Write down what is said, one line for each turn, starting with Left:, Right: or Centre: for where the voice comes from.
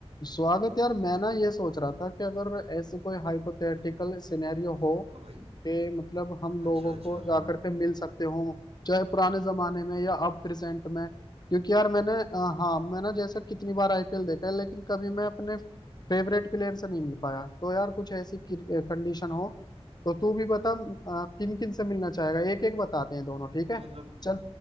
Left: स्वागत यार मैं ना ये सोच रहा था कि अगर ऐसे कोई हाइपोथेटिकल सिनेरियो हो
Right: हाँ भाई
Left: कि मतलब हम लोगों
Right: अच्छा अच्छा
Left: को जाकर
Right: हाँ
Left: के मिल सकते हो चाहे पुराने जमाने में या अब प्रेजेंट में क्योंकि यार मैंने अ, हाँ मैं ना जैसा कितनी बार आईपीएल देखा है लेकिन कभी मैं अपने फेवरेट प्लेयर से नहीं मिल पाया तो यार कुछ ऐसी कंडीशन हो तो तू भी बता किन किन से मिलना चाहेगा एक एक बताते हैं दोनों ठीक
Right: हाँ,
Left: है
Right: मतलब
Left: चल